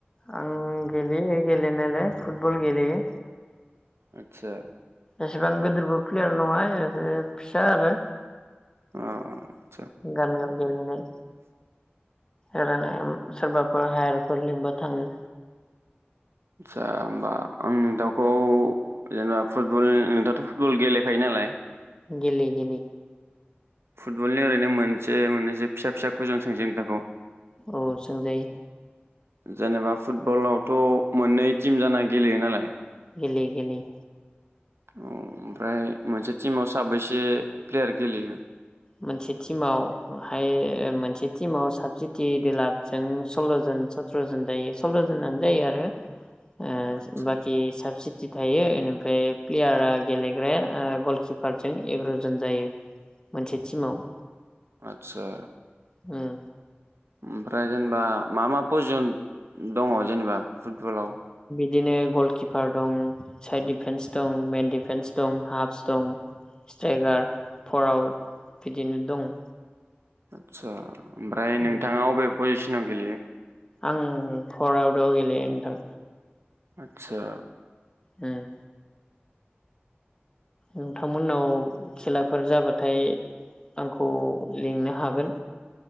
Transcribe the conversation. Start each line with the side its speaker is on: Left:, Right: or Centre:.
Left: आं गेले गेलेयो गेलेनायालाय फुटबल गेलेयो
Right: आच्छा
Left: एसेबां गोदिरबो प्लेयार नङा ए फिसा आरो
Right: अ अ
Left: गामियाव गेलेनाय एरैनो सोरबाफोर हायारफोर लिबा थाङो
Right: आच्छा होमबा आं नोंथांखौ जेनेबा फुटबल नोंथाथ' फुटबल गेलेखायो नालाय?
Left: गेले गेले
Right: फुटबलनि ओरैनो मोनसे मोननैसो फिसा फिसा खजन सोंसै नोंथांखौ?
Left: औ सोंजायो
Right: जेनेबा फुटबलाव थ' मोननै टिम जाना गेलेयो नालाय
Left: गेलेयो गेलेयो
Right: औ ओमफ्राय मोनसे टिमाव साबैसे प्लेयार गेलेयो?
Left: मोनसे टिमावहाय मोनसे टिमाव साबसित देलादजों सल्ल' जन सत्र'जन जायो सल्ल' जनानो जायो आरो ओ
Right: आदसा
Left: बाखि साबसि ति थायो इनिफ्राय प्लेयारा गेलेग्र गलकिप फारजों एग्र'जन जायो मोनसे टिमाव
Right: आच्छा
Left: उम
Right: ओमफ्राय जेनेबा मा मा प्रयजन दङ जेनेबा? फुटबलाव?
Left: दिनो गलकिपार दं साइड डिफेन्स दं मेन दिफिन्सस दं हाफस दं स्ट्राइगार फरवार्द बिदिनो दं।
Right: आच्छा ओमफ्राय
Left: उम
Right: नोंथाङा अबे पजिस नाव गेलेयो
Left: आं फरवार्दाव गेलेयो नोंथां।
Right: आच्छा
Left: उम। नोंथांमोननाव खालाफोर जाबा थाय आं खौ लिंनो हागोन।